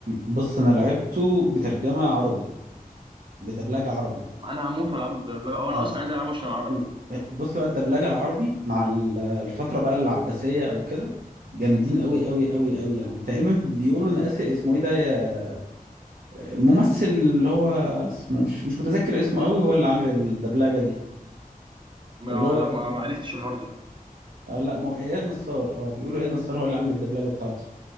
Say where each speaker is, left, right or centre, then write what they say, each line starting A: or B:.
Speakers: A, on the right (about 75°); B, on the right (about 35°).
A: بص انا لعبته بترجمه عربي بدبلجه عربي
B: انا هموت والعبه بالدبلجه او انا
A: اه
B: اصلا عايز العبه عشان العربي
A: ال- بص بقى الدبلجه العربي مع ال- الفتره بقى العباسيه او كده جامدين قوي قوي قوي قوي يعني تقريبا بيقولوا ان اسر اسمه ايه ده يا- ممثل اللي هو اسمه مش مش متذكر اسمه قوي هو اللي عامل الدبلجه دي
B: ما
A: اللي هو
B: لا، ما ما عرفتش الحوار ده
A: آه لا مو اياد نصار اه بيقولوا اياد نصار هو اللي عامل الدبلجه بتاعته